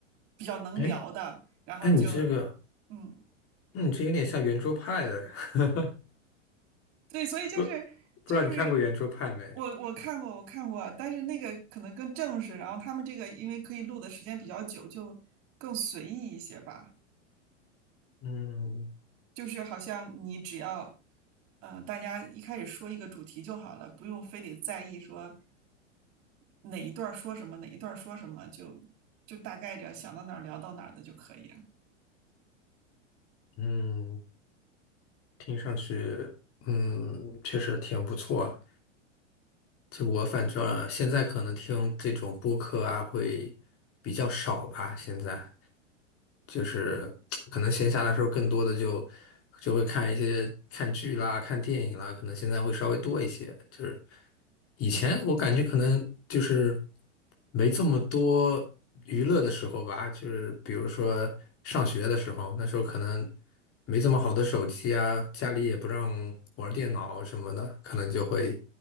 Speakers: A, on the right (about 45°); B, on the left (about 35°).
A: 比较能聊的，
B: 哎，
A: 然后就，
B: 哎，你这个，
A: 嗯，
B: 嗯，你这有点像圆桌派的，<laughs>
A: 对，所以就是就是
B: 不不知道你看过圆桌派没？
A: 我我看过我看过，但是那个可能更正式，然后他们这个因为可以录的时间比较久，就更随意一些吧。
B: 嗯
A: 就是好像你只要，嗯，大家一开始说一个主题就好了，不用非得在意说哪一段儿说什么，哪一段儿说什么，就就大概着想到哪儿聊到哪儿的就可以。了。
B: 嗯，听上去，嗯，确实挺不错啊就我反正现在可能听这种播客啊会比较少吧，现在就是可能闲暇的时候更多的就就会看一些看剧啦、看电影啦，可能现在会稍微多一些，就是。以前我感觉可能就是。没这么多娱乐的时候吧，就是比如说上学的时候，那时候可能没这么好的手机啊，家里也不让玩电脑什么的，可能就会